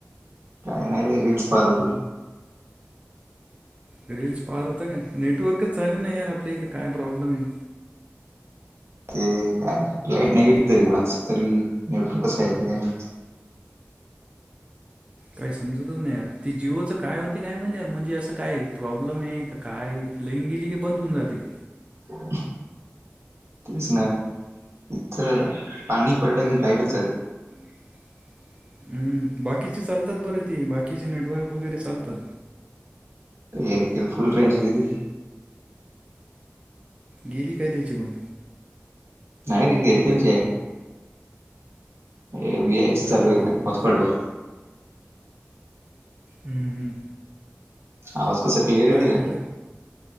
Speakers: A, on the right; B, on the right.
A: काय नाही रे रील्स पाहत होतो.
B: रील्स पाहत होता. का नेटवर्कच चालेल ना यार आपल्या इथं काय प्रॉब्लेम आहे.
A: ते काय लाईट नाही गेली तरी पण तरी नेटवर्कच कस काय गेलं काय माहिती
B: काय समजतच नाही यार त्या जीवोचं काय होत. ते काय माहीत म्हणजे असं काय प्रॉब्लेम आहे. काय लाइन गेली की बंद होऊन जाते.
A: हो, तेच नाही इथं पाणी पडलं की लाईटच जाते
B: <inaudible> हम् बाकीचे चालतात बर ते बाकीचे नेटवर्क वगैरे चालतात.
A: एअरटेल फुल रेंज गेली.
B: गेली काय त्याची पण?
A: नाही रे एरटेलची आहे. हे वी आय चालू आहे
B: हो
A: बघा
B: का
A: हॉटस्पॉट वर.
B: हं हं.
A: आवाज कसा क्लियर येतोय
B: खाल्लं
A: का?